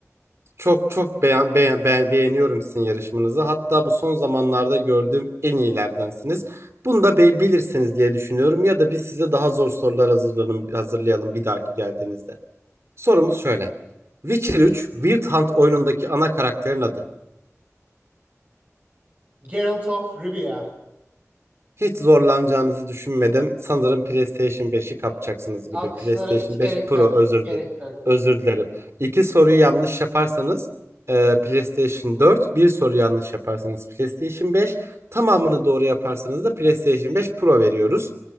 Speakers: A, on the right (about 55°); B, on the right (about 30°).
A: Çok çok beğen, beğen, beğen- beğeniyorum sizin yarışmanızı. Hatta bu son zamanlarda gördüğüm en iyilerdensiniz. Bunu da be- bilirsiniz diye düşünüyorum. Ya da biz size daha zor sorular hazırlayalım, hazırlayalım bir dahaki geldiğinizde. Sorumuz şöyle. Witcher 3 Wild Hunt oyunundaki ana karakterin adı.
B: Geralt of Rivia.
A: Hiç zorlanacağınızı düşünmedim. Sanırım PlayStation 5'i kapacaksınız
B: Alkışlara
A: gibi. PlayStation
B: hiç gerek
A: 5 Pro
B: yok,
A: özür
B: hiç gerek
A: di
B: yok.
A: özür dilerim. İki soruyu yanlış yaparsanız e, PlayStation 4, bir soru yanlış yaparsanız PlayStation 5, tamamını doğru yaparsanız da PlayStation 5 Pro veriyoruz.